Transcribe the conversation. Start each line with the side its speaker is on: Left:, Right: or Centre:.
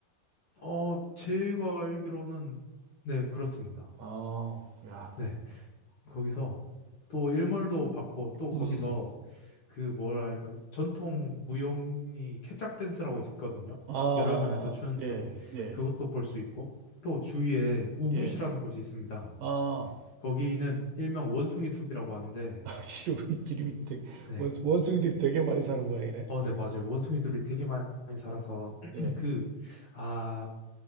Left: 어, 제가 알기로는 네 그렇습니다.
Right: 아, 야,
Left: 네. 거기서 또 일몰도 받고 또
Right: 음,
Left: 거기서 그 뭐랄까 전통 무용이 케짝 댄스라고 있거든요.
Right: 아, 아,
Left: 여러 명에서 추는
Right: 아,
Left: 춤
Right: 예, 예,
Left: 그것도 볼 수 있고 또 주위에 우붓이라는
Right: 예,
Left: 곳이 있습니다.
Right: 아,
Left: 거기는 일명 원숭이 숲이라고 하는데
Right: <laughs> 이름이, 름이 되게,
Left: 네.
Right: 원, 원숭이들이
Left: 그-
Right: 되게 많이 사는 모양이네,
Left: 어,
Right: 거기.
Left: 네, 맞아요. 원숭이들이
Right: 예,
Left: 되게 많이 살아서 <clears throat>
Right: 네,
Left: 그 아,